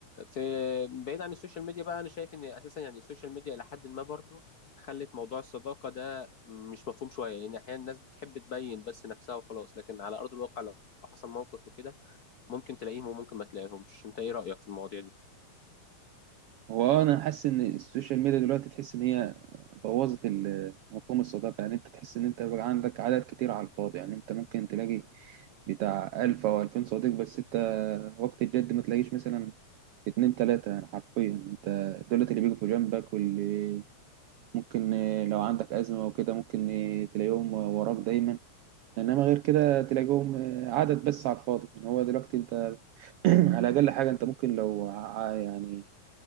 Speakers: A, on the left; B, on the right.
A: في بعيد عن السوشيال ميديا بقى انا شايف ان اساسا يعني السوشيال ميديا الى حد ما برضو خلت موضوع الصداقه ده مش مفهوم شويه لان احيانا الناس بتحب تبين بس نفسها وخلاص لكن على ارض الواقع لو حصل موقف وكده ممكن تلاقيهم وممكن ما تلاقيهمش انت ايه رايك في المواضيع دي
B: هو اه انا حاسس ان السوشيال ميديا دلوقتي تحس ان هي بوظت ال- مفهوم الصداقة يعني انت تحس ان انت بقى عندك عدد كتير على الفاضي يعني انت ممكن تلاقي بتاع 1000 او 2000 صديق بس انت وقت الجد ما تلاقيش مثلا اتنين تلاتة يعني حرفيا انت دولت اللي بيجوا في جنبك واللي ممكن آه، لو عندك أزمة وكده ممكن آه، تلاقيهم وراك دايما إنما غير كده تلاقيهم آه، عدد بس على الفاضي يعني هو دلوقتي أنت <clears throat> على أقل حاجة أنت ممكن لو ع- يعني